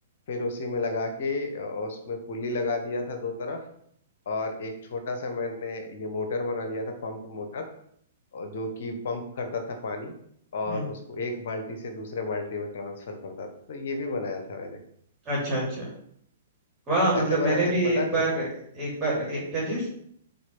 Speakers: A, on the left; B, on the right.
A: फिर उसी में लगा के और उसमें पुली लगा दिया था दो तरफ और एक छोटा सा मैंने ये मोटर बना लिया था पंप मोटर और जो कि पंप करता था पानी और
B: हम्म
A: उसको एक बाल्टी से दूसरे बाल्टी में ट्रांसफर करता था तो ये भी बनाया था मैंने
B: अच्छा अच्छा वाह मतलब
A: कैसे बनाते
B: मैंने
A: हैं
B: भी
A: पता
B: एक
A: है
B: बार
A: तुम्हें
B: एक बार एक, क्या चीज